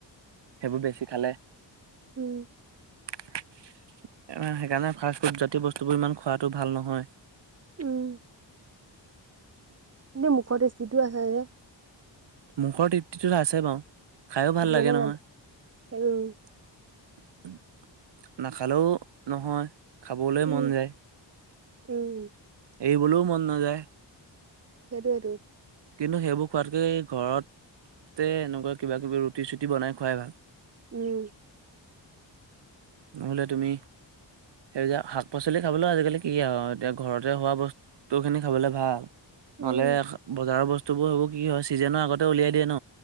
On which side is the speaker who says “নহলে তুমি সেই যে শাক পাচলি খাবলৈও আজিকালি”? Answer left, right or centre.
Right